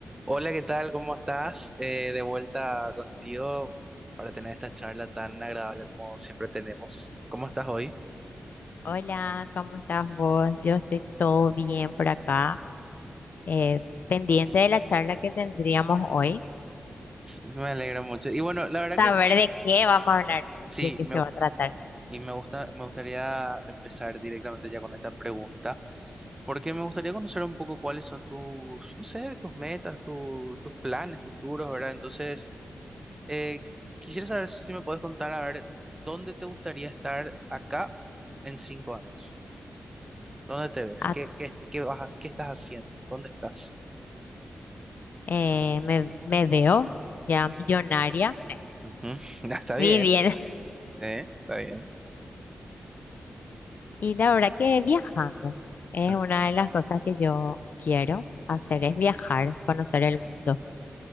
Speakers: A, on the right; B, on the left.
A: Hola, ¿qué tal? ¿Cómo estás? Eh, de vuelta contigo para tener esta charla tan agradable como siempre tenemos. ¿Cómo estás hoy?
B: Hola, ¿cómo estás vos? Yo estoy todo bien por acá, eh, pendiente de la charla que tendríamos hoy,
A: Eh, Sí, me alegra mucho. Y bueno, la verdad
B: saber
A: que, que
B: de qué vamos a hablar,
A: sí,
B: de qué
A: me,
B: se va a tratar.
A: y me gusta, me gustaría empezar directamente ya con esta pregunta, porque me gustaría conocer un poco cuáles son tus, no sé, tus metas, tu- tus planes futuros, ¿verdad? Entonces, eh, quisiera saber si me puedes contar, a ver, ¿dónde te gustaría estar acá en cinco años? ¿Dónde te ves?
B: Ah,
A: ¿Qué, qué, est- qué vas, a- qué estás haciendo? ¿Dónde estás?
B: eh, me, me veo ya millonaria, <laughs>
A: Ujú. <laughs> Ah, Está bien,
B: viviendo,
A: está bien, sí, está bien.
B: y la verdad que viajando es
A: Ajá.
B: una de las cosas que yo quiero hacer, es viajar, conocer el mundo,